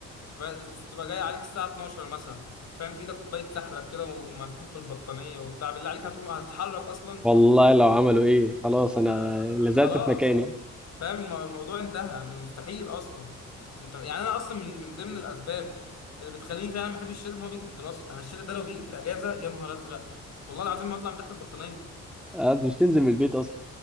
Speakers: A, on the left; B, in the centre.
A: ب- تبقى جاي عليك الساعه 12 مثلا فاهم في ايدك كوبايه سحلب كده وملفوف بالبطانيه وبتاع بالله عليك هتقوم هتتحرك اصلا
B: والله لو عملوا ايه خلاص انا
A: آه،
B: لزقت
A: خلاص
B: في مكاني
A: فاهم الم- الموضوع انتهى مستحيل اصلا انت يعني انا اصلا من من ضمن الاسباب اللي بتخليني فعلا ما احبش الشتاء ان هو بيجي في الدراسه انا الشتاء ده لو بيجي في الاجازه يا نهار ازرق والله العظيم ما اطلع من تحت البطانيه
B: آه، مش تنزل من البيت اصلا